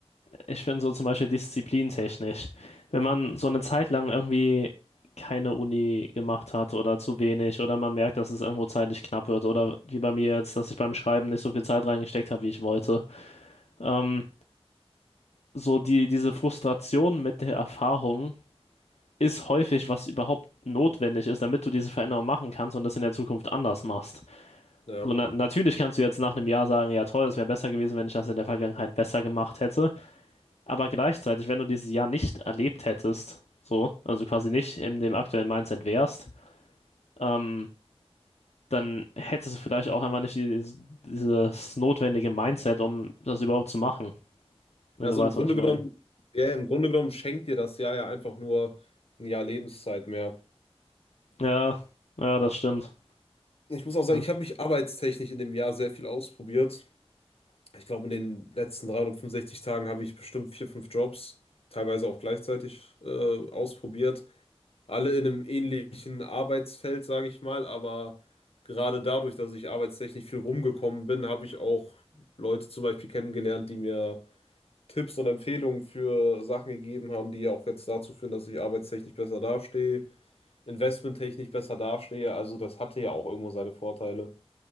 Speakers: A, on the left; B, on the left.
A: ich finde so zum Beispiel disziplintechnisch, wenn man so eine Zeit lang irgendwie keine Uni gemacht hat oder zu wenig oder man merkt, dass es irgendwo zeitlich knapp wird oder wie bei mir jetzt, dass ich beim Schreiben nicht so viel Zeit reingesteckt habe, wie ich wollte. Ähm, so die, diese Frustration mit der Erfahrung ist häufig, was überhaupt notwendig ist, damit du diese Veränderung machen kannst und das in der Zukunft anders machst.
B: Ja,
A: So, na natürlich kannst du jetzt nach einem Jahr sagen, ja toll, es wäre besser gewesen, wenn ich das in der Vergangenheit besser gemacht hätte. Aber gleichzeitig, wenn du dieses Jahr nicht erlebt hättest, so, also quasi nicht in dem aktuellen Mindset wärst, ähm, dann hättest du vielleicht auch einfach nicht die, dieses notwendige Mindset, um das überhaupt zu machen, wenn
B: also
A: du weißt,
B: im Grunde
A: was ich meine.
B: genommen, ja, im Grunde genommen schenkt dir das Jahr ja einfach nur ein Jahr Lebenszeit mehr.
A: Ja, ja, das stimmt.
B: Ich muss auch sagen,
A: <laughs>
B: ich habe mich arbeitstechnisch in dem Jahr sehr viel ausprobiert. Ich glaube, in den letzten 365 Tagen habe ich bestimmt vier, fünf Jobs, teilweise auch gleichzeitig, äh, ausprobiert. Alle in einem ähnlichen Arbeitsfeld, sage ich mal, aber gerade dadurch, dass ich arbeitstechnisch viel rumgekommen bin, habe ich auch Leute zum Beispiel kennengelernt, die mir Tipps und Empfehlungen für Sachen gegeben haben, die ja auch jetzt dazu führen, dass ich arbeitstechnisch besser dastehe, investmenttechnisch besser dastehe. Also das hatte ja auch irgendwo seine Vorteile.